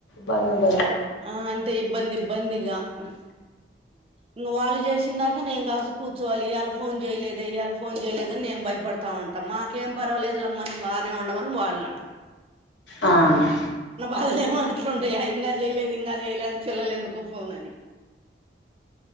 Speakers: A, on the left (about 80°); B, on the right (about 30°).
A: బండుందా దిగ
B: ఆ అంటే ఇబ్బంది ఇబ్బందిగా హ్మ్ ఇంగ్ వాళ్ జేష్ చ్చిందాక నేన్ గాసుక్కు కూచ్చోవాలి ఇయ్యాలా ఫోన్ జేయ్ లేదే ఇయ్యాల్ ఫోన్ జేయ్ లేదని నేం బైపడతా ఉంటా మాకేం బా పర్వలేదులేమ్మని బనే వుండవన్ వాళ్ లంట్రూ
A: ఆ నా
B: కోది మాట్లుంటాయా ఇంగ జేయ్ లేదు ఇంగ జేయ్ లేదు పిల్లలెందుకో ఫోన్ అని